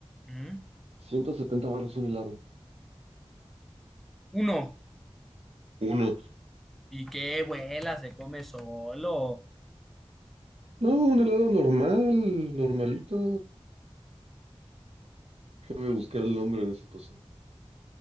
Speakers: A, in the centre; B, on the right.
A: Ujú.
B: 170 varos un helado,
A: Uno,
B: uno.
A: y qué vuela, se come solo.
B: No, un helado normal, normalito, déjame buscar el nombre de esa cosa.